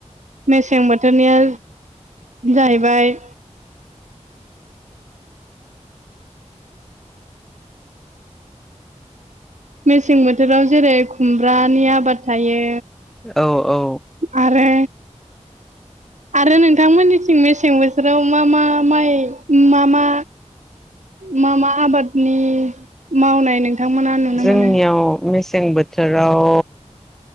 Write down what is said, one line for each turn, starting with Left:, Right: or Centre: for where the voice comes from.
Right: मेसें बोथोरनिया जाहैबाय मेसें बोथोराव जेरै खुमब्रानि आबाद थायो
Centre: औ औ
Right: आरो आरो नोंथांमोननिथिं मेसें बोथोराव मा मा माइ मा मा मा मा आबादनि मावनाय नोंथांमोना नुनो
Centre: जोंनियाव
Right: मोनो
Centre: मेसें बोथोराव